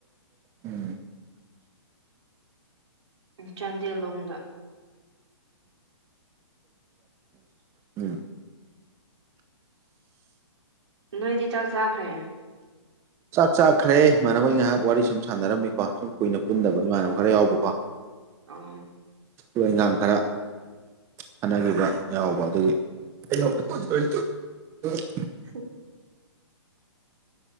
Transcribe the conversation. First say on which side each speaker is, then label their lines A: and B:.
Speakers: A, on the right; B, on the right.
A: ꯎꯝ
B: ꯆꯥꯟꯗꯦꯜꯂꯣꯝꯗ
A: ꯎꯝ
B: ꯅꯣꯏꯗꯤ ꯆꯥꯛ ꯆꯥꯈ꯭ꯔꯦ
A: ꯆꯥꯛ ꯆꯥꯈ꯭ꯔꯦ ꯏꯃꯥꯟꯅꯕꯩ ꯉꯍꯥꯛ ꯋꯥꯔꯤ ꯁꯨꯝ ꯁꯥꯟꯅꯔꯝꯃꯤꯀꯣ ꯁꯨꯝ ꯀꯨꯏꯅ ꯄꯨꯟꯗꯕ ꯏꯃꯥꯟꯅꯕ ꯈꯔ ꯌꯥꯎꯕꯀꯣ
B: ꯑꯣ
A: ꯂꯣꯏ ꯏꯟꯒꯥꯡ ꯈꯔ ꯈꯟꯅꯒꯤꯕ ꯌꯥꯎꯕ ꯑꯗꯨꯒꯤ <unintelligible>
B: <inaudible>